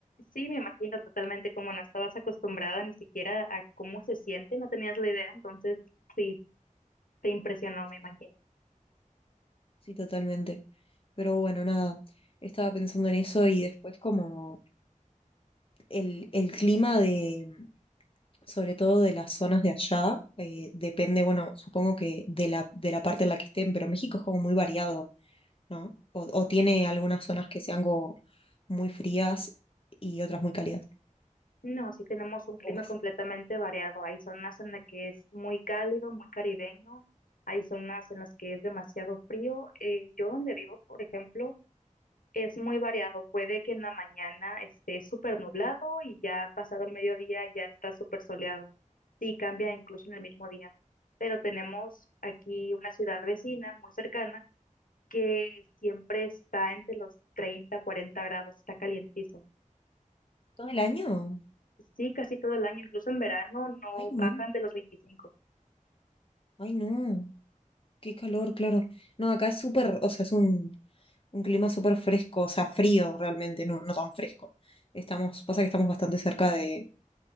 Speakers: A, on the left (about 85°); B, on the left (about 40°).
A: Sí, me imagino totalmente, como no estabas acostumbrada ni siquiera a cómo se siente, no tenías la idea, entonces sí, te impresionó,
B: sí,
A: me imagino.
B: sí, totalmente. Pero bueno, nada, estaba pensando en eso y después como el, el clima de sobre todo de las zonas de allá. eh, depende, bueno, supongo que de la, de la parte en la que estén, pero México es como muy variado, ¿no? O, o tiene algunas zonas que sean como muy frías y otras muy cálidas.
A: No, sí tenemos un clima
B: Pues,
A: completamente variado. Hay zonas en las que es muy cálido, muy caribeño. Hay zonas en las que es demasiado frío. Eh, yo donde vivo, por ejemplo, es muy variado. Puede que en la mañana esté súper nublado y ya pasado el mediodía ya está súper soleado. Sí, cambia incluso en el mismo día. Pero tenemos aquí una ciudad vecina muy cercana que siempre está entre los 30, 40 grados. Está calientísimo.
B: ¿todo el año?
A: Sí, casi todo el año, incluso en verano no
B: Ay,
A: bajan
B: no,
A: de los veinticinco
B: ay, no. Qué calor, claro. No, acá es súper, o sea, es un, un clima súper fresco, o sea, frío realmente, no, no tan fresco. Estamos, pasa que estamos bastante cerca de,